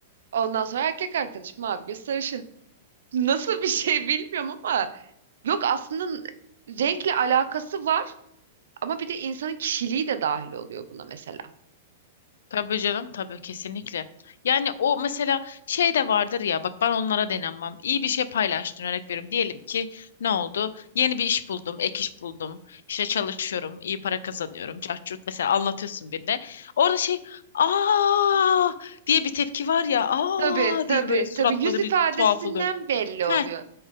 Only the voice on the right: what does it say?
ondan sonra erkek arkadaşım mavi göz sarışın. Nasıl bir şey bilmiyorum ama Yok aslında n- renkle alakası var ama bir de insanın kişiliği de dahil oluyor buna mesela.
Tabii tabii
tabii yüz ifadesinden
belli
oluyor.